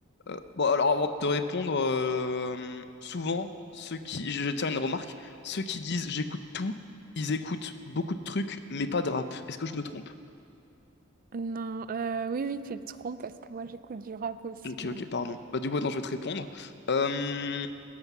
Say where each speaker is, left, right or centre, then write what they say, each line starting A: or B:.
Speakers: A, on the left; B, on the right.
A: Euh, bon, alors avant de te répondre, euh, souvent, ceux qui, je, je tiens une remarque, ceux qui disent j'écoute tout, ils écoutent beaucoup de trucs, mais pas de rap. Est-ce que je me trompe?
B: Non, euh, oui, oui, tu te trompes parce que moi, j'écoute du rap aussi.
A: Ok, ok,
B: hein.
A: pardon. Bah, du coup, attends, je vais te répondre. Euh,